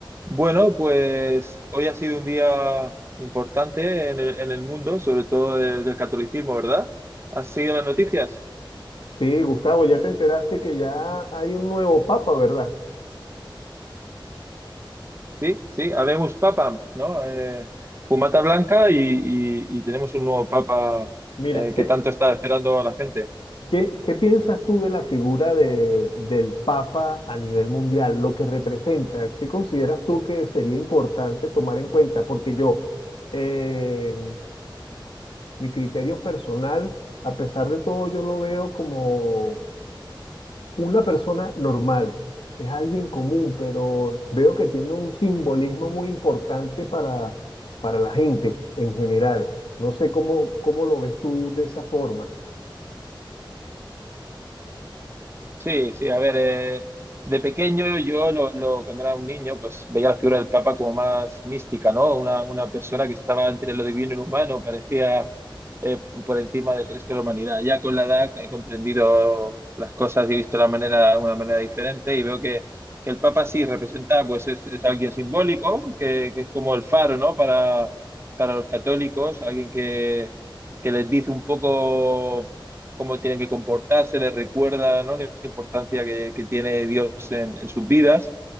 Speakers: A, on the right (about 30°); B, on the left (about 80°).
A: Bueno, pues hoy ha sido un día importante en el, en el mundo, sobre todo de- del catolicismo, ¿verdad? ¿Has seguido las noticias?
B: Sí, Gustavo, ya te enteraste que ya hay un nuevo papa, ¿verdad?
A: Sí, sí, habemos papa, ¿no? Eh, fumata blanca y, y- y tenemos un nuevo papa
B: Mira,
A: eh,
B: ¿qué,
A: que tanto está esperando a la gente.
B: qué, qué piensas tú de la figura de, del papa a nivel mundial, lo que representa? ¿Qué consideras tú que sería importante tomar en cuenta? Porque yo, eh, mi criterio personal, a pesar de todo, yo lo veo como Una persona normal es alguien común, pero veo que tiene un simbolismo muy importante para, para la gente en general. No sé cómo, cómo lo ves tú de esa forma.
A: Sí, sí, a ver, eh, de pequeño yo lo, lo- cuando era un niño pues veía la figura del Papa como más mística, ¿no? Una, una persona que estaba entre lo divino y lo humano, parecía eh, por encima del resto de la humanidad. Ya con la edad he comprendido las cosas y he visto la manera, una manera diferente y veo que, que el Papa sí representa, pues es, es alguien simbólico, que, que es como el faro, ¿no? Para, para los católicos, alguien que, que les dice un poco cómo tienen que comportarse, les recuerda, ¿no? importancia que, que tiene Dios en, en sus vidas.